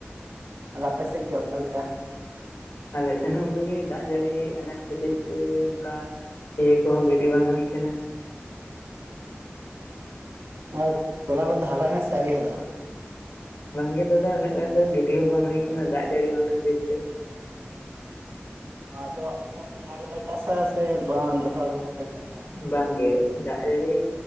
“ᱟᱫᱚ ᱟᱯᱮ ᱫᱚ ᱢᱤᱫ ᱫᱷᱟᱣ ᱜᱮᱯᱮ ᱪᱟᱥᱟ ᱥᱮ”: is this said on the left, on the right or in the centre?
Right